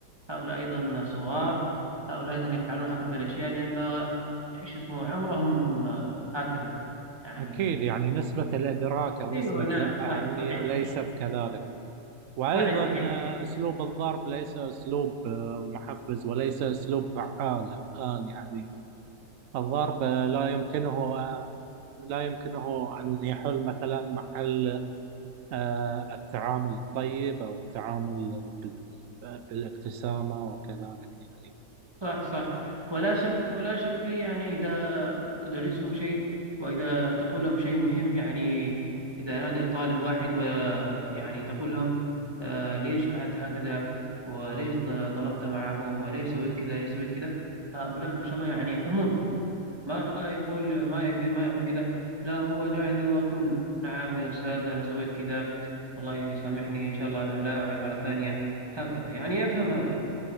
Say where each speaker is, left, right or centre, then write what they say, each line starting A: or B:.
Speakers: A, on the right (about 15°); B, on the right (about 65°).
A: هؤلاء أيضا صغار هؤلاء أيضا يفعلون هكذا الأشياء لأن إيش اسمه عمرهم آه، هكذا يعني
B: أكيد يعني
A: بالنسبة
B: نسبة الإدراك أو نسبة
A: أيوه نعم
B: الأهمية
A: صح صحيح
B: ليست
A: صحيح
B: كذلك، وأيضا
A: صحيح صحيح
B: آه، أسلوب الضرب ليس أسلوب آه، محفز وليس أسلوب فعال الآن يعني الضرب لا يمكنه لا يمكنه أن يحل مثلا محل آه، التعامل الطيب أو التعامل بال- بالابتسامة وكذلك يعني
A: صح صح ولا شك ولا شك فيه يعني إذا تدرسهم شيء وإذا تقول لهم شيء مهم يعني إذا نادى طالب واحد ويعني تقول لهم آه ليش فعلت هكذا وليش ضربت معه وليش سويت كذا ليش سويت كذا هؤلاء ما شاء الله يعني يفهمون ما يقول ما يكذب ما يقول كذا لا هو جاء عندي وأقول نعم يا أستاذ أنا سويت كذا والله يسامحني إن شاء الله أنا لا أعيد مرة ثانية هكذا يعني يفهم هؤلاء